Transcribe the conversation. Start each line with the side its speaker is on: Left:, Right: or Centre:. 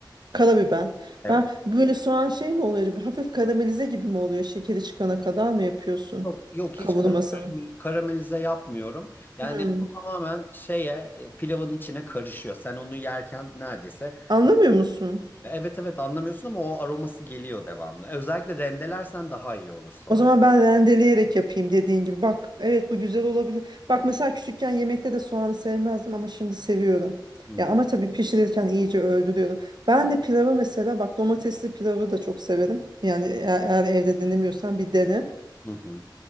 Right: karabiber.
Left: Evet.
Right: Ben böyle soğan şey mi oluyor acaba? Hafif karamelize gibi mi oluyor? Şekeri çıkana kadar mı yapıyorsun?
Left: Yok, yok
Right: Kavurmasını.
Left: hiç karamel- karamelize yapmıyorum. Yani
Right: Hmm.
Left: o tamamen şeye e, pilavın içine karışıyor. Sen onu yerken neredeyse
Right: Anlamıyor musun?
Left: evet evet anlamıyorsun ama o aroması geliyor devamlı. Özellikle rendelersen daha iyi olur soğan.
Right: O zaman ben rendeleyerek yapayım dediğin gibi. Bak, evet bu güzel olabilir. Bak mesela küçükken yemekte de soğanı sevmezdim ama şimdi seviyorum.
Left: Hı
Right: Ya
Left: hı.
Right: ama tabii pişirirken iyice öldürüyorum. Ben de pilavı mesela bak domatesli pilavı da çok severim. Yani eğer, eğer evde denemiyorsan bir dene.
Left: Hı hı.